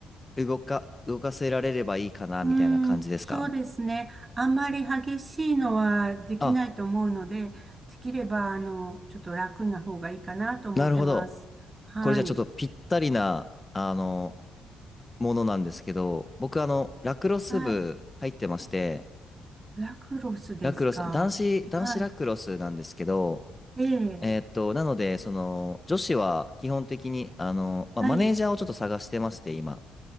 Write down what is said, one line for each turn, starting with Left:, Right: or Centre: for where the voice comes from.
Left: 動か、動かせられればいいかな、
Right: うーん、
Left: みたいな感じですか
Right: そうですね。あんまり激しいのはできないと思うので、
Left: あ、
Right: できれば、あの、ちょっと楽な方がいいかなと思ってます。
Left: なるほど。
Right: はい。
Left: これじゃあちょっとぴったりな、あの、ものなんですけど、僕、あの、ラクロス部入ってまして、
Right: はい。ラクロスですか。
Left: ラクロス、男子、男子ラクロスなんですけど、
Right: はい。ええ。
Left: えーっと、なので、その、女子は基本的に、あの、まあ、
Right: はい。
Left: マネージャーをちょっと探してまして、今。